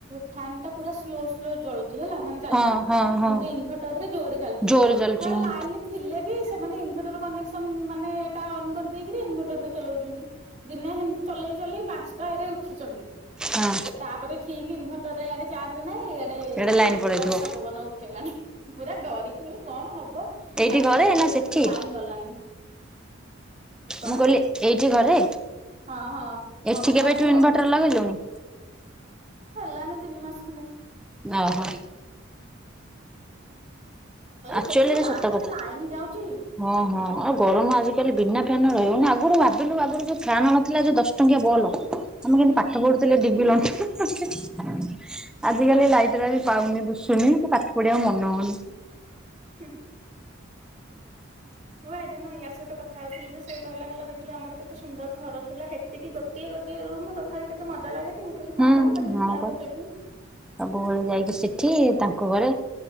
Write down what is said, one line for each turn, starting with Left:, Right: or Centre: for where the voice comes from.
Right: ଫ୍ୟାନ୍ ଟା ପୁରା ସ୍ଲୋ ସ୍ଲୋ ଚଳୁଚି ହେଲା ମାନେ। ଚାଲୁଚି
Centre: ହଁ ହଁ ହଁ
Right: କିନ୍ତୁ ଇନଭଟର୍ରେ ଜୋରେ ଚାଲୁଚି
Centre: ଜୋରେ ଚାଲିଛି
Right: ହା
Centre: ହଁ।
Right: ଲାଇନି। ଥିଲେ ବି ସେମାନେ ଇନଭେଟର କନେକ୍ସନ ମାନେ ଏଟା ଅନ୍ କରିଦେଇକିରି ଇନଭଟରରେ ଚଲଉଚନ୍ତି। ଦିନେ ହେମ୍ତି ଚଲେଇ ଚଲେଇ ପାଂଶଟା ଏରେ ଉଠିଚନ୍ତି
Centre: ହଁ
Right: ଦେ ତାପରେ ଠିକି ଇନଭର୍ଟର ରେ ଆଡେ ଚାର୍ଜ ନାହିଁ ଇଆଡେ
Centre: ଏଇଟା ଲାଇନ ପଳେଇଥିବ
Right: ବର୍ଷା ପବନ ଉ ହେଲାନି ପୁରା ଡରିକି ବୋଇଲେ କଣ ହବ
Centre: ଏଇଠି
Right: ତାର
Centre: ଘରେ
Right: ଦେଖିଲାବଳକୁ
Centre: ନା
Right: ସେଦିନ
Centre: ସେଠି?
Right: କେମ୍ତି ଲାଇନ୍ ଗଲାନି। କଣ
Centre: ମୁଁ କହିଲି ଏଇଠି ଘରେ
Right: ହଁ ହଁ ମମି
Centre: ଏଠି କେବେଠୁ
Right: ଆଉ ପୁଅ।
Centre: ଇନଭର୍ଟର ଲଗେଇଲୁଣି?
Right: ହେଲାଣି ତିନି ମାସ୍ ଖଣ୍ଡେ।
Centre: ଆହା।
Right: ଏଇ
Centre: ଆକ୍ଚୁଆଲିରେ
Right: ଦେଖୁନୁ ଗାଁ
Centre: ସତ
Right: ରେ କେତେ
Centre: କଥା।
Right: ଲାଇନ୍ ଯାଉଚି।
Centre: ହଁ ହଁ ଆଉ ଗରମ ଆଜିକାଲି ବିନା ଫ୍ୟାନ୍ ରେ ରହିହଉନି ଆଗୁରୁ ଭାବିଲୁ ଆଗୁରୁ ଯୋଉ ଫ୍ୟାନ୍ ନଥିଲା ଯୋଉ ଦଶ। ଟଙ୍କିଆ ବଲ ଆମେ କେନ୍ତି
Right: ହୁଁ।
Centre: ପାଠ ପଢୁଥିଲେ ଡିବି ଲଣ୍ଠନ ରେ। ଆଜିକାଲି ଲାଇଟିରା ବି ପାଉନି ଦୁଷୁନି କି ପାଠ ପଢିବାକୁ ମନ ହଉନି।
Right: ହୁଁ ହୁଁ। ମୁଁ ପା ହେଦିନ ୟା ସହିତ କଥା ହଉଥିଲି ଯେ ସେ କହିଲା କହିଲା ଦେଖିଲୁ ଆମର କେତେ ସୁନ୍ଦର୍ ଘର ଥିଲା ହେ ଟିକେ ଗୋଟିଏ ଗୋଟଏ ରୁମ୍ ତଥାବି କେତେ ମଜା ଲାଗେନି। କହିଲି ହଁ
Centre: ହୁଁ
Right: ପା ଆମେ ତିନିଟାଙ୍କ
Centre: ହଁ ପା
Right: ସେଇଠି
Centre: ସବୁବଳେ ଯାଇକି ସେଠି ତାଙ୍କ ଘରେ।